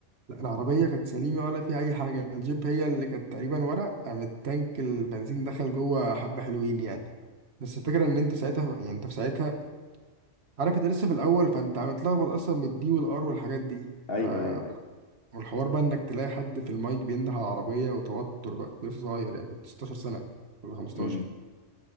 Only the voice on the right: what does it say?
العربية كانت سليمة ولا في أي حاجة الجيب هي اللي كانت تقريبا ورق قام التانك البنزين دخل جوه حبة حلوين يعني بس الفكرة إن أنت ساعتها يعني أنت في ساعتها عارف أنت لسه في الأول فأنت متلخبط أصلا من الدي والآر والحاجات دي
ف
والحوار بقى إنك تلاقي حد في المايك بينده على العربية وتوتر بقى كنت لسه صغير يعني كنت 16 سنة ولا 15